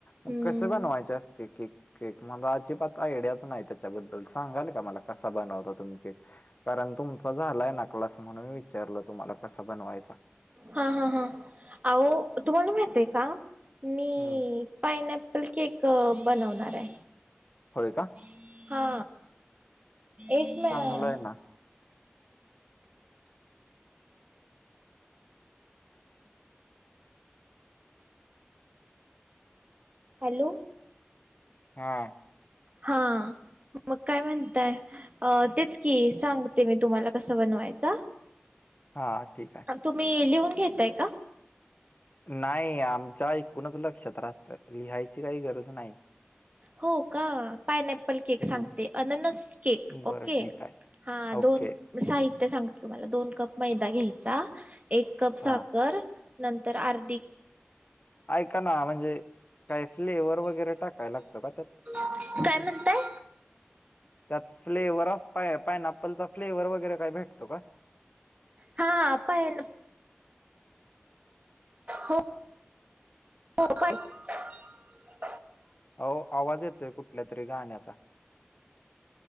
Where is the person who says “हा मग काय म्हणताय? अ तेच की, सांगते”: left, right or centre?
Right